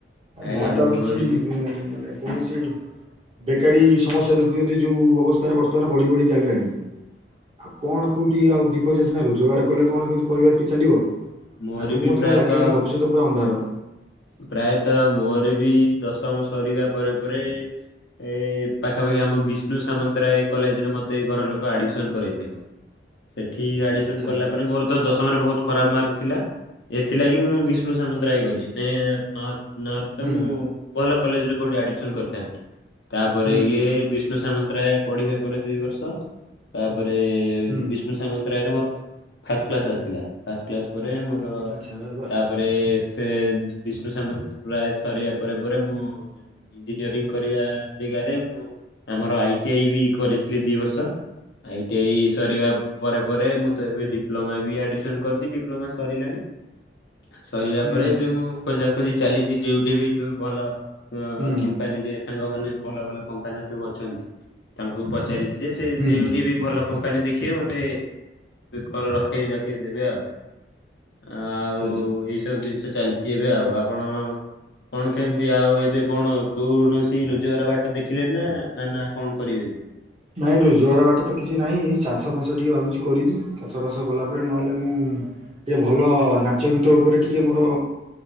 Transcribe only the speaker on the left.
ଆଜ୍ଞା
ମହର
ବି
ମୋର ବି
ପ୍ରାୟତଃ
ପ୍ରାୟତଃ ମୋର ବି ଦଶମ ସରିବା ପରେ ପରେ ଏ ପାଖାପାଖି ଆମ ବିଷ୍ଣୁ ସାମନ୍ତରାୟ କଲେଜରେ ମତେ ଘର ଲୋକ ଆଡମିସନ କରାଇଥିଲେ।
ସେଠି ଆଡମିସନ
କଲା ପରେ ମୋର ତ ଦଶମ ରେ ବୋହୁତ୍ ଖରାପ ମାର୍କ ଥିଲା। ଏଥିଲାଗି ମୁଁ ବିଷ୍ଣୁ ସାମନ୍ତରା ହେଇ ଗଲି ନ ନହେଲେ
ତ ମୁଁ ଭଲ କଲେଜରେ କୋଉଠି ଆଡମିସନ କରିଥାନ୍ତି। ତାପରେ
ଇଏ ବି ବିଷ୍ଣୁ ସାମନ୍ତରାୟ ପଢିବା ପରେ ଦୁଇ ବର୍ଷ, ତାପରେ
ବିଷ୍ଣୁ ସାମନ୍ତରାୟ ରେ ମୋର ଫାଷ୍ଟ କ୍ଲାସ ଆସିଲା ଫାଷ୍ଟ କ୍ଲାସ ପରେ ମୋର
ତା ପରେ ସେ ବିଷ୍ଣୁ ସାମନ୍ତ ରାୟ ସରିବା ପରେ ପରେ ମୁଁ ଇଞ୍ଜିନିୟରିଂ କରିବା ଜାଗାରେ, ମୁଁ ଆମର ଆଇ ଟି ଆଇ ବି କରିଥିଲି ଦି ବର୍ଷ। ଆଇ ଟି ଆଇ ସରିବା ପରେ ପରେ ମୁଁ ତ ଏବେ ଡିପ୍ଲୋମା ବି ଆମିସନ କରିୁଛି ଡିପ୍ଲୋମା ସରିଲାଣି। ସରିବା
ପରେ ଏବେ ମୁଁ ଖୋଜା ଖୋଜି ଚାଲିଛି ଯୋଉଠି ବି ଯୋଉ ଭଲ। ଅ
କମ୍ପାନୀରେ ସାଙ୍ଗ ମାନେ ଭଲ ଭଲ କମ୍ପାନୀରେ ସବୁ ଅଛନ୍ତି ତାଙ୍କୁ ପଚାରିଛି। ଯେ ସେ
ଯଉଠି ବି ଭଲ କମ୍ପାନୀ ଦେଖିବେ ମତେ କର ରଖେଇ ରଖେଇ ଦେବେ ଆଉ। ଆଉ
ଏଇ ସବୁ ଜିନିଷ ଚାଲିଛି ଏବେ ଆଉ। ଆପଣ କଣ କେମିତି ଆଉ ଏବେ କଣ କୌଣସି ରୋଜଗାର ବାଟ ଦେଖିଲେଣିି ନା ନା କଣ କରିବେ ଏବେ?